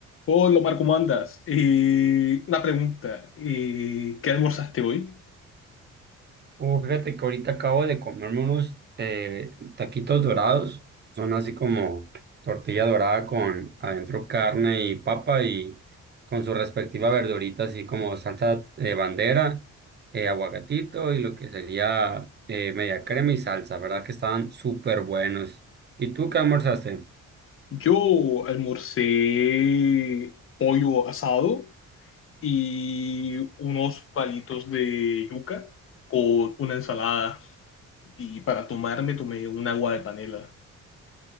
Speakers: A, on the left; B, on the right.
A: Hola Omar, ¿cómo andas? Eh, una pregunta, eh, ¿qué almorzaste hoy?
B: Uh, fíjate que ahorita acabo de comerme unos eh, taquitos dorados. Son así como tortilla dorada con adentro carne y papa y con su respectiva verdurita, así como salsa de bandera, eh, aguacatito y lo que sería eh, media crema y salsa. ¿Verdad que estaban súper buenos? ¿Y tú qué almorzaste?
A: Yo almorcé pollo asado y unos palitos de yuca con una ensalada y para tomarme tomé un agua de panela.